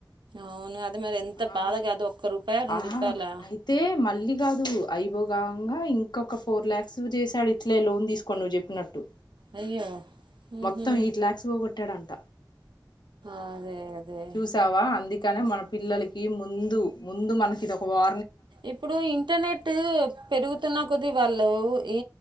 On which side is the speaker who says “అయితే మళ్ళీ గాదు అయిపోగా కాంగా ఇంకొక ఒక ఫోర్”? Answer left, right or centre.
Left